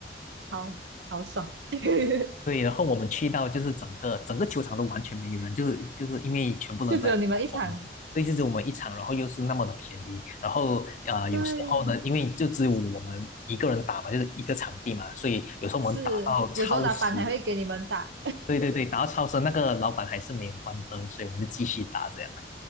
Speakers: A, on the right; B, on the left.
A: 好好爽，<laughs>
B: 对，然后我们去到就是整个整个球场都完全没有人，就是就是因为全部人都在做工嘛。
A: 就只有你们一场，
B: 对，就只有我们一场，然后又是那么的便宜，然后啊、呃有时候呢，
A: 对，
B: 因为就只有我们一个人打嘛，就是一个场地嘛，所以有时候我们打到超时，
A: 是有时候老板还会给你们打
B: 对对对，打到超时，那个老板还是没有关灯，所以我们就继续打这样。